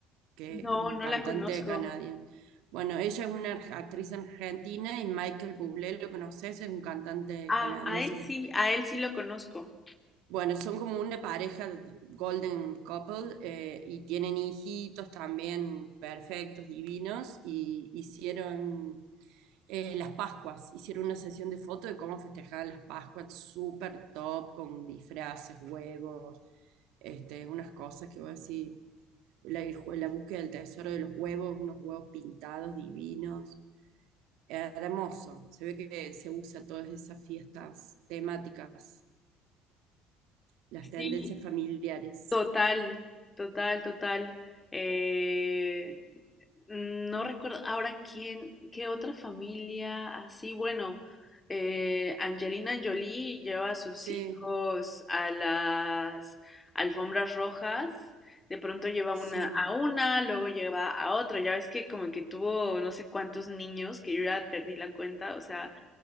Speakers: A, on the right; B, on the left.
A: que
B: no,
A: es un
B: no
A: cantante
B: la conozco.
A: canadiense. Bueno, ella es una ar- actriz argentina y Michael Bublé, ¿lo conoces? Es un cantante
B: Ah,
A: canadiense.
B: a él sí, a él sí lo conozco.
A: Bueno, son como una pareja golden couple eh, y tienen hijitos también perfectos, divinos, y hicieron eh, las Pascuas, hicieron una sesión de fotos de cómo festejaban las Pascuas, súper top, con disfraces, huevos, este, unas cosas que voy a decir, la, la búsqueda del tesoro de los huevos, unos huevos pintados divinos, hermoso, se ve que se usa todas esas fiestas temáticas las tendencias
B: Sí,
A: familiares.
B: Total, total, total. Eh, no recuerdo ahora quién, qué otra familia así. Bueno, eh, Angelina Jolie lleva a sus
A: Sí,
B: hijos a las alfombras rojas. De pronto lleva
A: sí.
B: una a una, luego lleva a otro. Ya ves que como que tuvo no sé cuántos niños, que yo ya perdí la cuenta, o sea,